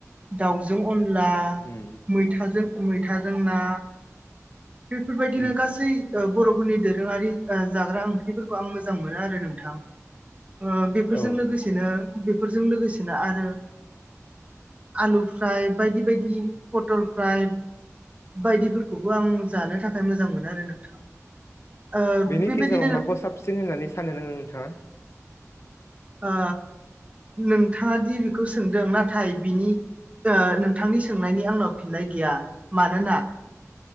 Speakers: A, on the right; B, on the left.
A: दाउजों अनला
B: उम
A: मैथाजों मैथाजों ना। बेफोर बायदिनो
B: उम
A: गासै। बर'फोरनि दोरोङारि जाग्रा ओंख्रिफोरखौ आं मोजां मोनो आरो नोंथां। ओ बेफोरजों
B: औ
A: लोगोसेनो बेफोरजों लोगोसेनो आरो। आलुफ्राय बायदि बायदि पटलफ्राय। बायदिफोरखौबो आं जानो थाखाय मोजां मोनो आरो नोंथां। ओ
B: बेनि
A: बेबायदिनो
B: गेजेराव माखौ साबसिन होननानै सानो नोङो नोंथाङा
A: आ नोंथाङा दि बेखौ सोंदों नाथाय बिनि ओ नोंथांनि सोंनायनि आंनाव फिननाय गैया मानोना